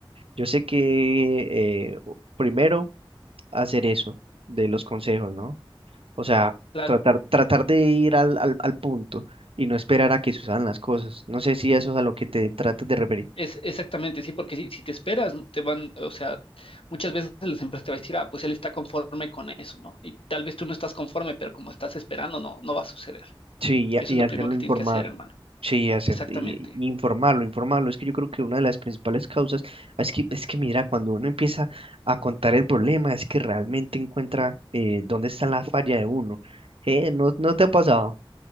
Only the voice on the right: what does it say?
Yo sé que eh, primero hacer eso de los consejos, ¿no? O sea,
tratar, tratar de ir al, al, al punto y no esperar a que sucedan las cosas. No sé si eso es a lo que te tratas de referir.
Sí, y,
ha-
y
hacerlo
informar.
Sí, hacer,
y- y informarlo, informarlo. Es que yo creo que una de las principales causas es que, es que mira, cuando uno empieza a contar el problema, es que realmente encuentra eh, dónde está la falla de uno. Eh, ¿no, no te ha pasado?